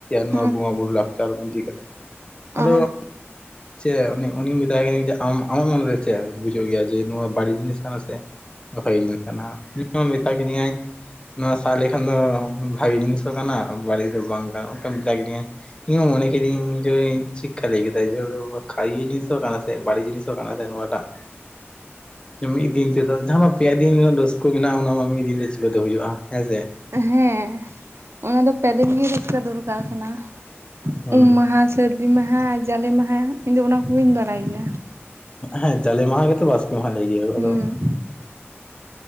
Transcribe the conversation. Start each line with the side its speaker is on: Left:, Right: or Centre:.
Left: ᱱᱚᱣᱟ
Right: ᱚ
Left: ᱵᱚᱸᱜᱟ ᱵᱩᱨᱩ ᱞᱟᱠᱪᱟᱨ ᱠᱚ ᱤᱫᱤ ᱠᱟᱛᱮ
Right: ᱦᱩᱸ
Left: ᱟᱫᱚ ᱪᱮᱫ ᱩᱱᱤ ᱩᱱᱤ ᱢᱮᱛᱟᱭ ᱠᱟᱹᱱᱟᱹᱧ ᱡᱮ ᱟᱢ ᱟᱢᱟᱜ ᱢᱚᱱᱮ ᱨᱮ ᱪᱮᱫ ᱵᱩᱡᱷᱟᱹᱶ ᱜᱮᱭᱟ ᱡᱮ ᱱᱚᱣᱟ ᱵᱟᱹᱲᱤᱡ ᱡᱤᱱᱤᱥ ᱠᱟᱱᱟ ᱥᱮ ᱵᱷᱟᱜᱮ ᱡᱤᱱᱤᱥ ᱠᱟᱱᱟ ᱚᱱᱤ ᱢᱟ ᱢᱮᱛᱟ ᱠᱮᱫᱤᱧᱟᱭ ᱱᱚᱣᱟ ᱥᱟᱜ ᱞᱮᱠᱷᱟᱱ ᱫᱚ ᱵᱷᱟᱜᱤ ᱡᱤᱱᱤᱥ ᱦᱚᱸ ᱠᱟᱱᱟ ᱵᱟᱹᱲᱤᱡ ᱫᱚ ᱵᱟᱝ ᱠᱟᱱᱟ ᱚᱱᱠᱟ ᱢᱮᱛᱟ ᱠᱮᱫᱤᱧᱟᱭ ᱤᱧ ᱦᱚᱸ ᱢᱚᱱᱮ ᱠᱤᱫᱤᱧ ᱡᱮ ᱪᱮᱫᱠᱟ ᱞᱟᱹᱭ ᱠᱮᱫᱟ ᱡᱮ ᱠᱷᱟᱭᱤ ᱡᱤᱱᱤᱥ ᱠᱟᱱᱟ ᱥᱮ ᱵᱟᱲᱤᱡ ᱡᱤᱱᱤᱥ ᱦᱚᱸ ᱠᱟᱱᱟ ᱥᱮ ᱱᱚᱣᱟ ᱴᱟᱜ ᱢᱤᱫ ᱫᱤᱱ ᱛᱮᱫᱚ ᱡᱟᱦᱟᱸ ᱯᱮ ᱫᱤᱱ ᱨᱮᱱᱟᱜ ᱨᱟᱹᱥᱠᱟᱹ ᱢᱮᱱᱟᱜᱼᱟ ᱚᱱᱟ ᱢᱟ ᱢᱤᱫ ᱫᱤᱱ ᱛᱮ ᱪᱤᱠᱟᱹ ᱛᱮ ᱦᱩᱭᱩᱜᱼᱟ ᱦᱮᱸ ᱥᱮ
Right: ᱦᱮᱸ ᱚᱱᱟ ᱫᱚ ᱯᱮ ᱫᱤᱱ ᱜᱮ ᱨᱟᱹᱥᱠᱟᱹ ᱫᱚᱨᱠᱟᱨ ᱠᱟᱱᱟ
Left: ᱦᱩᱸ
Right: ᱩᱢ ᱢᱟᱦᱟ ᱥᱟᱹᱨᱫᱤ ᱢᱟᱦᱟ ᱟᱨ ᱡᱟᱞᱮ ᱢᱟᱦᱟ ᱤᱧᱫᱚ ᱚᱱᱟ ᱠᱚᱜᱮᱧ ᱵᱟᱲᱟᱭ ᱜᱮᱭᱟ
Left: ᱦᱮᱸ ᱡᱟᱞᱮ ᱢᱟᱦᱟ ᱜᱮᱛᱚ ᱵᱟᱥᱠᱮ ᱢᱟᱦᱟ ᱞᱟᱹᱭ ᱜᱮᱭᱟ
Right: ᱦᱩᱸ
Left: ᱟᱫᱚ